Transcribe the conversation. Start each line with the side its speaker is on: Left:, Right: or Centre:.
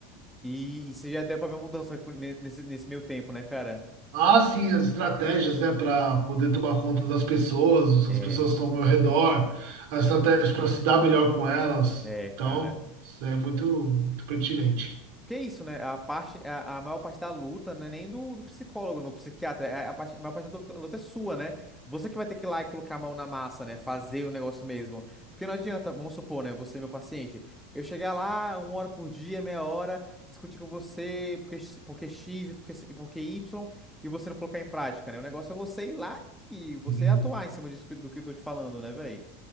Centre: E, e você já deu pra ver a mudança co- ne- nesse, nesse meio tempo, né, cara?
Right: Ah, sim, as estratégias, né, para poder tomar conta das pessoas,
Centre: É,
Right: as pessoas que estão ao meu redor, as estratégias para se dar melhor com elas.
Centre: é,
Right: Então,
Centre: cara.
Right: isso é muito, muito pertinente.
Centre: Porque é isso, né? A parte, a, a maior parte da luta não é nem do, do psicólogo, do psiquiatra. é A, a parte, a maior parte da luta, luta é sua, né? Você que vai ter que ir lá e colocar a mão na massa, né? Fazer o negócio mesmo. Porque não adianta, vamos supor, né? Você, meu paciente, eu chegar lá uma hora por dia, meia hora, discutir com você porque, porque X e porque, e porque Y, e você não colocar em prática, né? O negócio é você ir lá e você
Right: Sim,
Centre: atuar em cima disso que- do que eu tô te falando, né, velho?